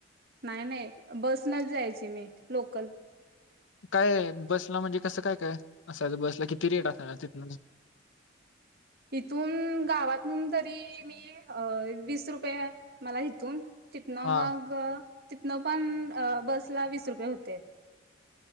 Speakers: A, on the right; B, on the left.
A: नाही नाही बस नच जायची मी लोकल
B: काय बसला म्हणजे कसं काय काय असायचं बसला किती रेट असायांचा तिथन
A: <inaudible> इथून गावातून तरी मी अ वीस रुपये मला इथून तिथनं
B: हा
A: मग तिथनं पण बसला वीस रुपये होते